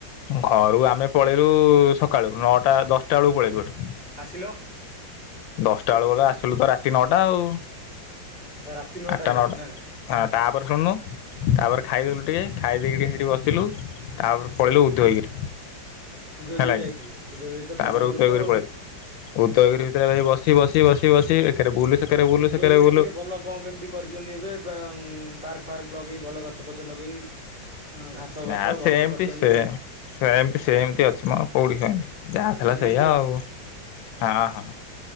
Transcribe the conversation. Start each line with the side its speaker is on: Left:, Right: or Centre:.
Left: ଘରୁ ଆମେ ପଳେଇଲୁ ସକାଳୁ ନଅଟା ଦଶଟା ବେଳକୁ ପଳେଇଲୁ ଏଠୁ।
Right: ଆସିଲ
Left: ଦଶଟା ବେଳ ଗଲେ ଆସ ଶଲୁ ତ ରାତି ନଅଟା ଆଉ ।
Right: ଆଚ୍ଛା ରାତି ନଅଟା
Left: ଆଠଟା
Right: ହେଇଗଲା
Left: ନଅଟା
Right: ନା
Left: ତାପରେ ଶୁଣୁନୁ ତାପରେ ଖାଇଦେଲୁ ଟିକେ ଖାଇ ଦେଇକି ଟିକେ ସେଇଠି ବସିଲୁ ତାପରେ ପଳେଇଲୁ ଉଦୟଗିରି
Right: ଉଦୟଗିରି
Left: ହେଲା
Right: ଯାଇଥିଲା
Left: କି
Right: ଉଦୟଗିରି ତ
Left: ତାପରେ
Right: ପ୍ରବଳ
Left: ଉଦୟଗିରି
Right: ଲୋକ ଆଉ।
Left: ପଳେଇଲୁ। ଉଦୟଗିରି ଭିତରେ ଭାଇ ବସି ବସି ବସି ବସି ଏକରେ ବୁଲୁ ସେକରେ ବୁଲୁ
Right: ଉଦୟଗିରି
Left: ସେକରେ ବୁଲୁ।
Right: ଟିକେ ଭଲ କଣ କେମିତି କରିଛନ୍ତି ଏବେ ପାର୍କ ଫାର୍କ ଲଗେଇ ଭଲ ଗଛ ଫଛ ଲଗେଇ ଘାସ ଗଛ
Left: ନା
Right: ଭଲ
Left: ସେମତି
Right: କରିଛନ୍ତି
Left: ସେ
Right: କୁଆଡେ
Left: ସେମତି ସେମତି ଅଛି ମ କୋଉଠି କାଇଁ ଯାହାଥିଲା
Right: ଆଚ୍ଛା ସେମିତି
Left: ସେଇଆ
Right: ଅଛି
Left: ଆଉ ହଁ ହଁ।